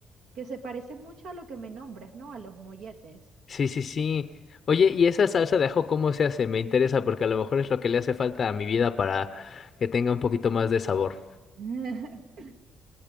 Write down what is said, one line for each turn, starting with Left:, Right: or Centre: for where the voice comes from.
Right: que se parecen mucho a lo que me nombras, ¿no? A los molletes.
Left: Sí, sí, sí. Oye, ¿y esa salsa de ajo cómo se hace? Me interesa porque a lo mejor es lo que le hace falta a mi vida para que tenga un poquito más de sabor.
Right: <laughs>